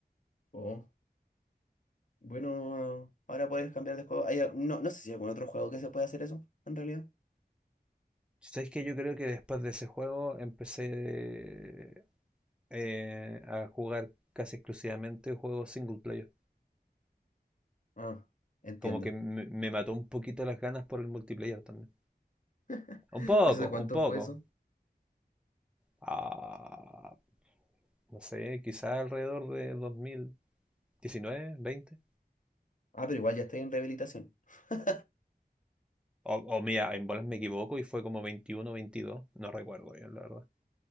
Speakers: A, on the left; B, in the centre.
A: oh, bueno, ah, ahora puedes cambiar de juego. Hay a- no, no sé si hay algún otro juego que se pueda hacer eso, en realidad.
B: ¿Sabes que Yo creo que después de ese juego empecé eh, a jugar casi exclusivamente juegos single player.
A: Ah, entiendo.
B: Como que me, me mató un poquito las ganas por el multiplayer también.
A: <laughs>
B: Un poco,
A: ¿Y eso de cuánto
B: un poco.
A: fue eso?
B: Ah, no sé, quizás alrededor de dos mil diecinueve veinte
A: Ah, pero igual ya estoy en rehabilitación. <laughs>
B: O, o mira, en bolas me equivoco y fue como veintiuno veintidós no recuerdo bien, la verdad.